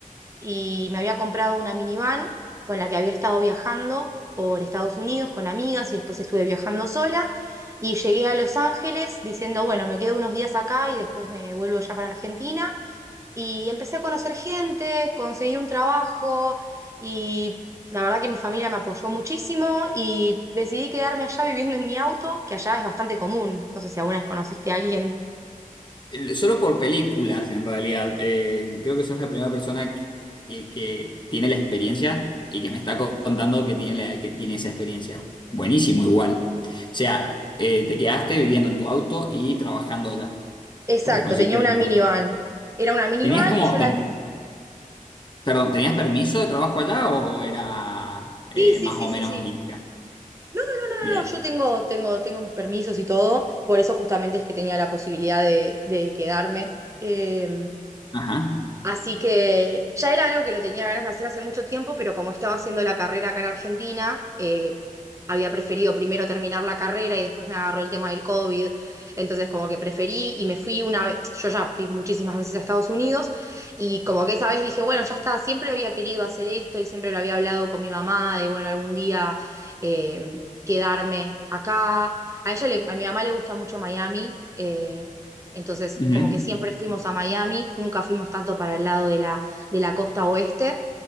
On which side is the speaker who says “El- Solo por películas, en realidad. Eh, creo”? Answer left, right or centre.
Left